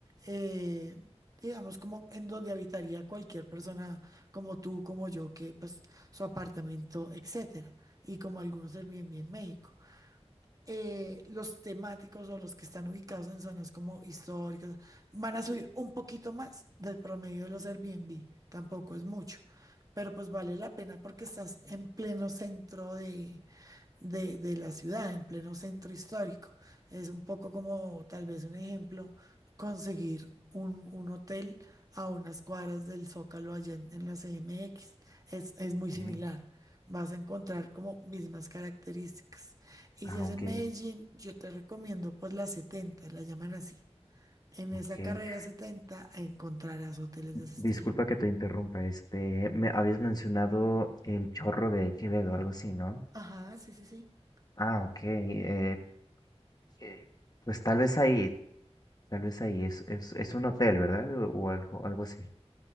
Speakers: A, on the right (about 30°); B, on the left (about 35°).
A: eh, digamos, como en donde habitaría cualquier persona como tú, como yo, que pues su apartamento, etcétera. Y como algunos Airbnb en México eh, los temáticos o los que están ubicados en zonas como históricas van a subir un poquito más del promedio de los Airbnb. Tampoco es mucho, pero pues vale la pena porque estás en pleno centro de de, de la ciudad, en pleno centro histórico. Es un poco como tal vez un ejemplo, conseguir un, un hotel a unas cuadras del Zócalo allá en, en la CMX. Es, es muy similar.
B: ¿eh?
A: Vas a encontrar como mismas características. Y
B: Ah,
A: si es
B: ok,
A: en Medellín, yo te recomiendo pues la 70 la llaman así. En
B: ok.
A: esa carrera 70 encontrarás hoteles de ese estilo.
B: Disculpa que te interrumpa, este, me habías mencionado el chorro de Quevedo, algo así, ¿no?
A: Ajá, sí, sí, sí.
B: Ah, ok, eh, eh, pues tal vez ahí, tal vez ahí, es, es, es un hotel, ¿verdad? O, o algo, algo así.